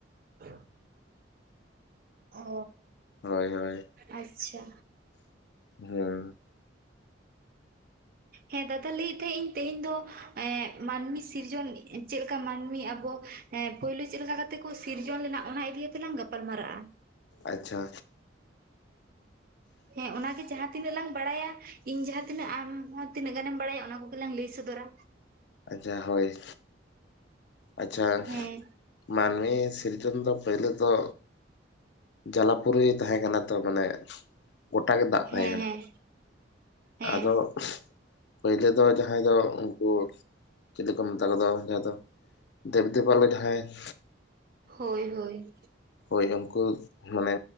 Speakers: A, on the right (about 50°); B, on the left (about 60°).
A: <inaudible> ᱚ
B: ᱦᱳᱭ ᱦᱳᱭ
A: ᱟᱪᱪᱷᱟ᱾
B: ᱦᱩᱸ
A: ᱦᱮᱸ ᱫᱟᱫᱟ ᱞᱟᱹᱭᱮ ᱛᱟᱦᱮᱸᱜ ᱤᱧ ᱛᱮᱦᱮᱧ ᱫᱚ ᱮᱸ ᱢᱟᱹᱱᱢᱤ ᱥᱤᱨᱡᱚᱱ ᱪᱮᱫ ᱞᱮᱠᱟ ᱢᱟᱹᱱᱢᱤ ᱟᱵᱚ ᱦᱮᱸ ᱯᱩᱭᱞᱩ ᱪᱮᱜᱼᱞᱮᱠᱟ ᱠᱟᱛᱮ ᱠᱚ ᱥᱤᱨᱡᱚᱱ ᱞᱮᱱᱟ ᱚᱱᱟ ᱤᱫᱤᱭᱟᱛᱮ ᱞᱟᱝ ᱜᱟᱯᱟᱞ ᱢᱟᱨᱟᱜᱼᱟ᱾
B: ᱟᱪᱪᱷᱟ᱾
A: ᱦᱮᱸ ᱚᱱᱟᱜᱮ ᱡᱟᱦᱟᱸ ᱛᱤᱱᱟᱹᱜ ᱞᱟᱝ ᱵᱟᱲᱟᱭᱟ᱾ ᱤᱧ ᱡᱟᱦᱟᱸᱛᱤᱱᱟᱹᱜ ᱟᱢ ᱦᱚᱸ ᱛᱤᱱᱟᱹᱜ ᱜᱟᱱᱮᱢ ᱵᱟᱲᱟᱭᱟ ᱚᱱᱟ ᱠᱚᱜᱮᱞᱟᱝ ᱞᱟᱹᱭ ᱥᱚᱫᱚᱨᱟ᱾
B: ᱟᱪᱪᱷᱟ ᱦᱳᱭ᱾ ᱟᱪᱪᱷᱟ
A: ᱦᱮᱸ
B: ᱢᱟᱱᱢᱤ ᱥᱤᱨᱡᱚᱱ ᱫᱚ ᱯᱳᱭᱞᱳ ᱫᱚ ᱡᱟᱞᱟᱯᱩᱨᱤ ᱛᱟᱦᱮᱸ ᱠᱟᱱᱟ ᱛᱚ ᱢᱟᱱᱮ ᱜᱚᱴᱟᱜ ᱜᱮ ᱫᱟᱜ
A: ᱦᱮᱸ
B: ᱛᱟᱦᱮᱸ ᱠᱟᱱᱟ
A: ᱦᱮᱸ ᱦᱮᱸ
B: ᱟᱫᱚ ᱯᱳᱭᱞᱳ ᱫᱚ ᱡᱟᱦᱟᱸᱭ ᱫᱚ ᱩᱝᱠᱩ ᱪᱤᱞᱤ ᱠᱚ ᱢᱮᱛᱟ ᱠᱚᱫᱚ ᱡᱟᱦᱟᱸ ᱫᱚ ᱫᱮᱵᱽᱫᱮᱵᱟᱞᱳ ᱡᱟᱦᱟᱸᱭ᱾
A: ᱦᱳᱭ ᱦᱳᱭ᱾
B: ᱦᱳᱭ ᱩᱝᱠᱩ ᱢᱟᱱᱮ